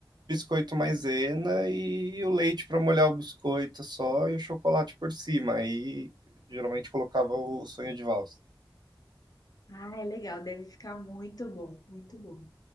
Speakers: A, on the right; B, on the left.
A: biscoito maisena e o leite para molhar o biscoito só e o chocolate por cima. Aí geralmente colocava o sonho de valsa.
B: Ai, legal, deve ficar muito bom, muito bom.